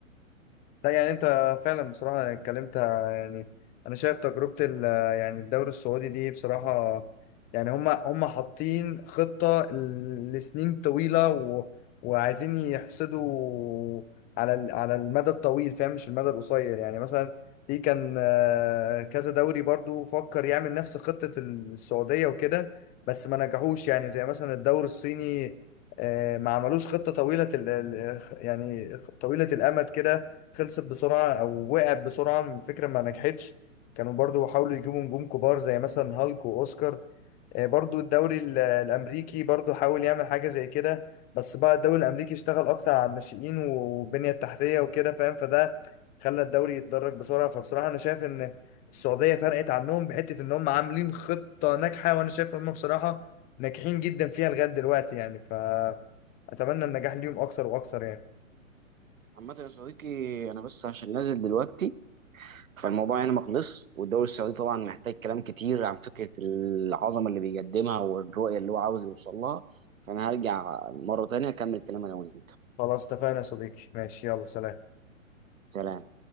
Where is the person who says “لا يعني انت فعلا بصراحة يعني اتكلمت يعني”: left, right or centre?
Left